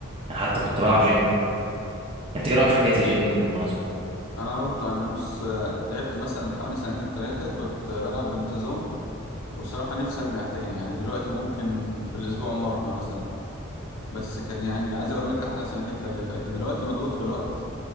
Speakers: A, on the right; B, on the left.
A: يعني حتى كنت بلعب جيم انت ايه رأيك في حكاية الجيم دي بالمناسبة
B: انا برضه انا بص آه، لعبت مثلا حوالي سنتين ثلاثة كنت بلعب بانتظام وبصراحة نفسي ارجع تاني يعني دلوقتي ممكن في الاسبوع مرة مثلا بس كان يعني عايز اقول لك احلى سنتين تلاتة لكن دلوقتي مضغوط في الوقت